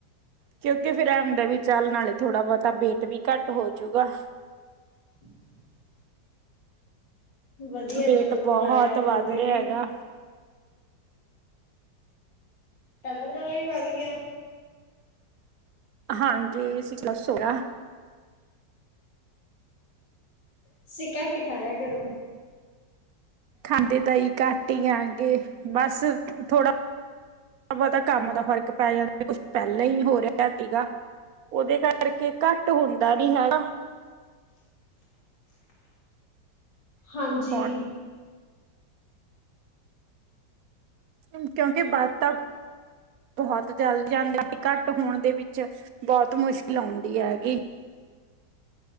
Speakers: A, on the right; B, on the left.
A: ਕਿਉਂਕਿ ਫਿਰ ਐਂ ਹੁੰਦਾ ਵੀ ਚੱਲ, ਨਾਲੇ ਥੋੜਾ ਬਹੁਤਾ ਬੇਟ ਵੀ ਘੱਟ ਹੋਜੂਗਾ।
B: <inaudible> ਵਧੀਆ
A: ਬੇਟ
B: ਚਲੋ
A: ਬਹੁਤ
B: ਲਾਇਆ ਕਰੋ
A: ਵੱਧ
B: ਗੇੜੇ
A: ਰਿਹਾ ਹੈਗਾ।
B: ਪਹਿਲਾਂ ਨਾਲੋਂ ਵੀ ਵੱਧ ਗਿਆ?
A: ਹਾਂਜੀ, ਅੱਸੀ ਪਲੱਸ ਹੋਗਾ।
B: ਸੀ ਕੱਟ ਖਾਇਆ ਕਰੋ।
A: ਖਾਂਦੇ ਤਾਂ ਹੀ, ਘੱਟ ਹੀ ਆਗੇ। ਬਸ ਥੋੜਾ, ਬਹੁਤਾ ਕੰਮ ਦਾ ਫ਼ਰਕ ਪੈ ਜਾਣਾ, ਕੁਛ ਪਹਿਲਾਂ ਹੀ ਹੋ ਰਿਹਾ ਸੀਗਾ। ਉਹਦੇ ਕਰਕੇ ਘੱਟ ਹੁੰਦਾ ਨੀ ਹੈਗਾ।
B: ਹਾਂਜੀ।
A: ਹੁਣ ਹੁਣ ਕਿਉਂਕਿ ਬਾਦ ਤਾਂ। ਬਹੁਤ ਜਲਦ ਜਾਂਦਾ। ਘੱਟ ਹੋਣ ਦੇ ਵਿੱਚ ਬਹੁਤ ਮੁਸ਼ਕਿਲ ਆਉਂਦੀ ਹੈਗੀ।